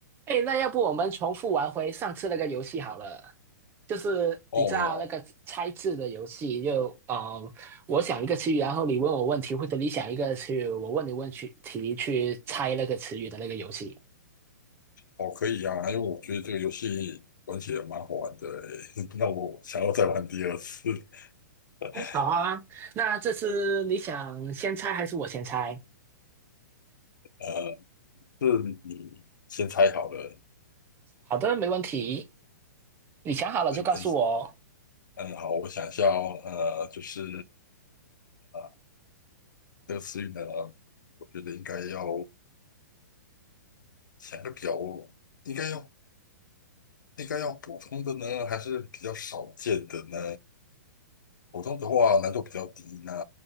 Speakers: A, on the right; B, on the left.
A: 哎，那要不我们重复玩回上次那个游戏好了？就是你知道那个猜字的游戏就，
B: 哦
A: 呃，我想一个词语，然后你问我问题，或者你想一个词语，我问你问去题，去猜那个词语的那个游戏。
B: 哦，可以啊，因为我觉得这个游戏玩起来蛮好玩的欸，<laughs> 那我想要再玩第二次。<laughs>
A: 哦好啊，那这次你想先猜还是我先猜？
B: 呃，是你先猜好了，
A: 好的，没问题。你想好了就告诉我哦。
B: 好的等一下，嗯，好，我想一下哦，呃，就是啊，这个词语呢，我觉得应该要想个比较，应该要应该要普通的呢，还是比较少见的呢？普通的话难度比较低，那